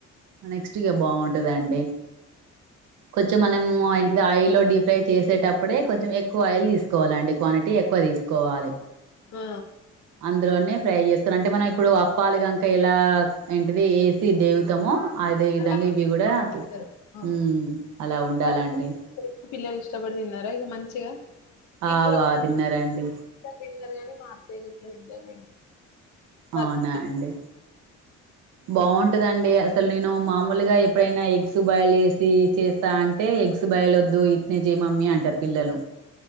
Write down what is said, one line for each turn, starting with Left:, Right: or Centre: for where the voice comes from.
Right: నెక్ట్ ఇగ బాగుంటుందండి కొంచెం మనము ఏంటిది ఆయిల్ లో డీప్ ఫ్రై చేసేటప్ ఇప్పుడే కొంచెం ఎక్కువ ఆయిల్ తీసుకోవాలండి క్వాంటిటీ ఎక్కువ తీసుకోవాలి
Left: ఆ
Right: అందులోనే ఫ్రై చేసురు అంటే మనం ఇప్పుడు అప్పాలు గంక ఇలా ఏంటిది తి దేవుతమో అదే విధంగా
Left: అలాగే
Right: ఇవి
Left: చేసుకొని
Right: కూడా అట్లా
Left: తింటారు ఆ
Right: మ్మ్ అలా ఉండాలండి
Left: బాగుంటది పిల్లలు ఇష్టపడి తిన్నారా ఇంగ మంచిగా పిల్లలు
Right: ఆ బా తిన్నారండి
Left: తిన్నారు కానీ మా అత్తయ్య గిట్ల తినలేదు మేడం వాళ్ళకి
Right: అవునా అండి బాగుంటదండి అసలు నేను మామూలుగా ఎప్పుడైనా ఎగ్స్ బాయిలు చేేసి చేస్తా అన్ టే ఎగ్స్ బాయిలొద్దు ఇట్నె చెయ్ మమ్మి అంటారు పిల్లలు